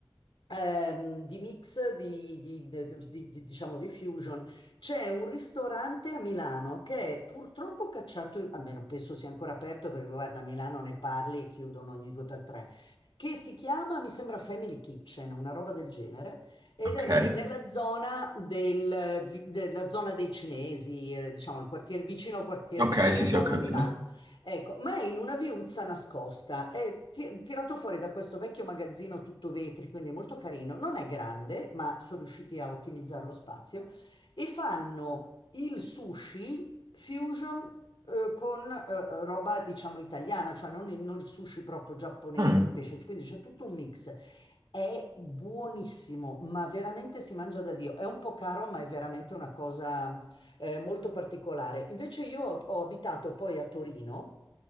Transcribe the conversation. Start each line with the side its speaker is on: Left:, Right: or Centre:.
Left: ehm, di mix di, di- di- di- di- diciamo di fusion, c'è un ristorante a Milano che è purtroppo cacciato, almeno penso sia ancora aperto perché guarda, a Milano ne parli e chiudono ogni due per tre, che si chiama, mi sembra Family Kitchen, una roba del genere. Ed
Right: Ok,
Left: è le- nella zona, del, vi- della zona dei cinesi, eh, diciamo il quartiere, vicino al quartiere
Right: ok,
Left: di Chinatown
Right: sì, sì, ho capito.
Left: a Milano Ecco, ma è in una viuzza nascosta, è ti- tirato fuori da questo vecchio magazzino tutto vetri, quindi è molto carino, non è grande, ma sono riusciti a ottimizzare lo spazio, e fanno il sushi fusion eh, con eh, roba, diciamo, italiana, cioè non il, non il sushi proprio giapponese
Right: Mm,
Left: di pesce, quindi c'è tutto un mix. È buonissimo, ma veramente si mangia da Dio. È un po' caro, ma è veramente una cosa eh, molto particolare. Invece io ho ho abitato poi a Torino.